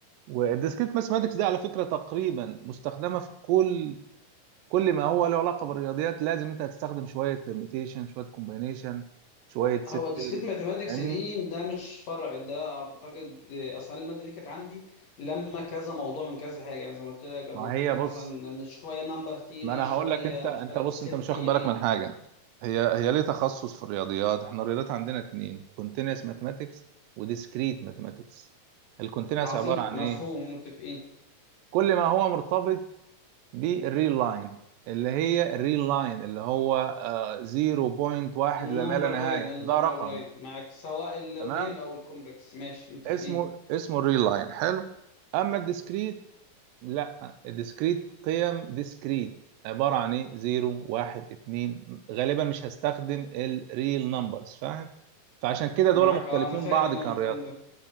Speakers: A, on the right; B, on the left.
A: والديسكريت ماثماتكس دي على فكره تقريبا مستخدمه في كل كل ما هو له علاقه بالرياضيات لازم انت هتستخدم شويه بيرميتيشن شويه كومبينيشن شويه ست
B: هو الديسكريت
A: ثيوري
B: ماثيماتكس
A: فاهمني
B: دي ده مش فرع ده اعتقد اصلا الماده دي كانت عندي لما كذا موضوع من كذا حاجه يعني زي ما قلت لك قبل
A: ما
B: كده
A: هي بص
B: مثلا إن شويه نمبر ثيري
A: ما انا
B: شويه
A: هقول لك انت انت
B: مش عارف
A: بص
B: سيت
A: انت مش
B: ثيري
A: واخد بالك من حاجه هي هي ليه تخصص في الرياضيات احنا الرياضيات عندنا اتنين كونتينوس ماثماتكس وديسكريت ماثماتكس الكونتينوس
B: عظيم
A: عباره عن
B: مفهوم
A: ايه
B: متفقين
A: كل ما هو مرتبط بالريل لاين اللي هي الريل لاين اللي هو آه، 0.1
B: النمبر
A: لما لا نهايه
B: لاين النمبر
A: ده رقم
B: لاين معاك سواء الريل
A: تمام
B: او الكومبلكس ماشي متفقين
A: اسمه اسمه الريل لاين حلو اما الديسكريت لا ديسكريت قيم ديسكريت عبارة عن ايه زيرو واحد اتنين غالبا مش هستخدم الريل نمبرز فاهم فعشان كده
B: معاك
A: دول مختلفين
B: اه انا فاهم
A: بعض
B: انا
A: كان
B: المفهوم ده